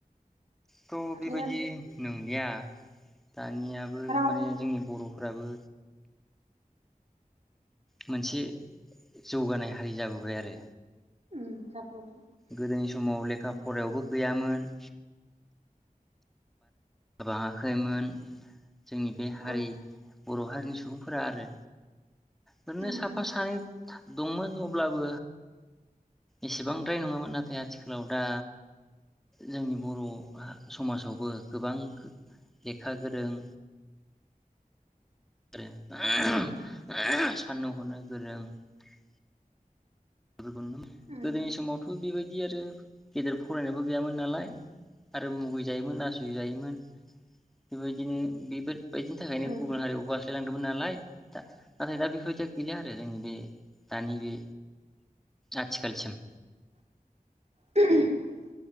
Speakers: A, in the centre; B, on the right.
A: थ'
B: आरो
A: बेबायदि नंलिया दानियाबो
B: राव
A: माने जोंनि बर'फोराबो मोनसे जौगानाय हारि जाबोबाय आरो
B: उम जाबोबाय
A: गोदोनि समाव लेखा फरायायावबो गैयामोन जाबाङाखैमोन जोंनि बे हारि
B: उम
A: बर' हारिनि सुबुंफोरा आरो ओरैनो
B: उम
A: साफा
B: उम
A: सानै दंमोन अब्लाबो एसेबांद्राय नङामोन नाथाय आथिखालाव दा जोंनि बर' समाजावबो गोबां लेखा गोरों आरो <unintelligible> गोदोनि
B: उम
A: समावथ' बेबाय दि आरो गेदेर फरायनायबो गैयामोन नालाय आरो मुगै जायोमोन नासय जायोमोन बेबायदिनो बेबाय बेबायदिनि थाखायनो
B: उम
A: गुबुन हारियाव बारस्लायलांदोंमोन नालाय दा नाथाय दा बेफोर बायदि गैला आरो जोंनि बे दानि बे आथिखालसिम
B: <inaudible>